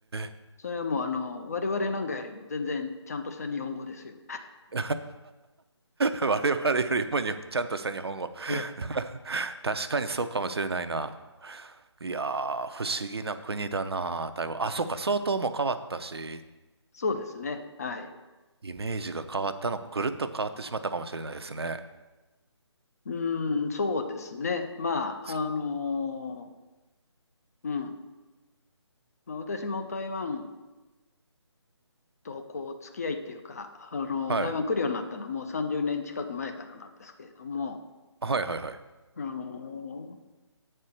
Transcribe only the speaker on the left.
それはもう、あの、我々なんかよりも全然ちゃんとした日本語ですよ。
ええ、
そうですね。はい。
うーん、そうですね。まあ、
あの、うん。まあ、私も台湾とこう付き合いっていうか、あの台湾来るようになったのはもう30年近く前からなんですけれども、
あの